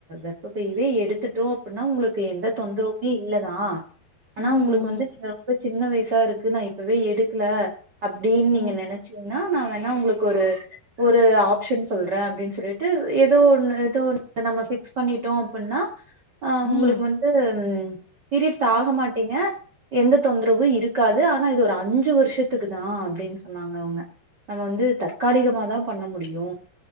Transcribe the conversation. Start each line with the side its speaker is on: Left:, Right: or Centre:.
Right: இப்ப இவே எடுத்துட்டோ அப்டின்னா உங்களுக்கு எந்த தொந்தரவுமே இல்லதா ஆனா
Left: உம்
Right: உங்ளுக்கு
Left: உம்
Right: வந்து நீங்க ரொம்ப சின்ன வய்சா இருக்கு நா இப்பவே எடுக்குல அப்டின்னு நீங்க
Left: உம்
Right: நெனைச்சீங்கன்னா நா வேணா உங்ளுக்கு ஒரு ஒரு ஆப்ஷன் சொல்றே அப்டின் சொல்லிட்டு எதோ ஒன்னு எதோ ஒன்னு நம்ம ஃபிக்ஸ் பண்ணிட்டோ அப்புன்னா அ உங்களுக்கு
Left: உம்
Right: வந்து பீரியட்ஸ் ஆக மாட்டீங்க எந்த தொந்தரவு இருக்காது ஆனா இது ஒரு அஞ்சு வர்ஷத்துக்குதா அப்டின் சொன்னாங்க அவ்ங்க நம்ம வந்து தற்காலிகமாதா பண்ண முடியு